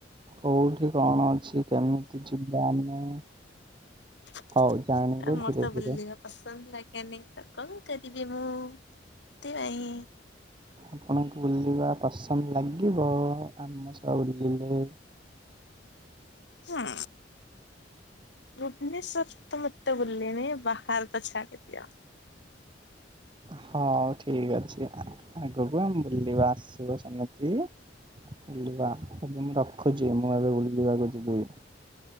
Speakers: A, on the right (about 25°); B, on the left (about 65°).
A: କୋଉଠି କଣ ଅଛି, କେମିତି ଯିବା ଆମେ?
B: ହୁଁ
A: ହଉ ଜାଣିବେ
B: ଏ ମୋର
A: ଧୀରେ
B: ତ
A: ଧୀରେ।
B: ବୁଲିବା ପସନ୍ଦ ଲା କେମିତ ତ କଁ କରିବି ମୁଁ ଟାଇଁ
A: ଆପଣଙ୍କୁ ବୁଲିବା ପସନ୍ଦ ଲାଗିବ ଆମ ସହ ବୁଲିଲେ।
B: ହୁଁ ଭୁବନେଶ୍ୱରରେ ତ ମୁଁ ଏତେ ବୁଲେନି ବାହରେ ତ ଛାଡ଼ିଦିଅ।
A: ହୋଉ ଠିକ ଅଛି ଆ ଆଗକୁ ଆମେ ବୁଲିବା ଆସିବ ସେମିତି। ବୁଲିବା ଏବେ ମୁଁ ରଖୁଚି ମୁଁ ଏବେ ବୁଲି ଯିବାକୁ ଯିବି।